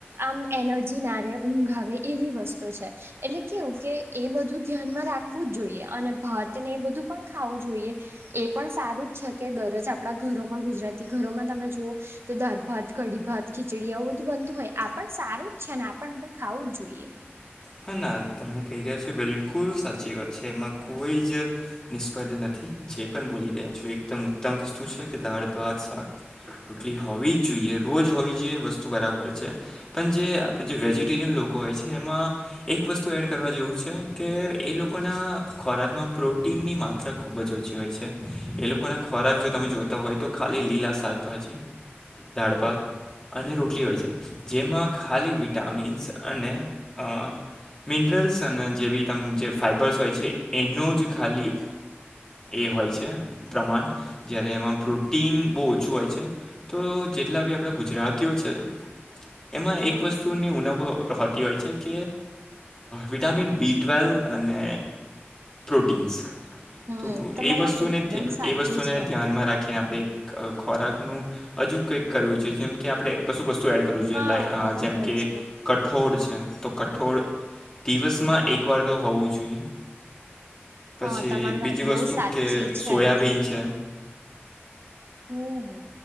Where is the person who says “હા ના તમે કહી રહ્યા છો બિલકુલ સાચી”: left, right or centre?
Left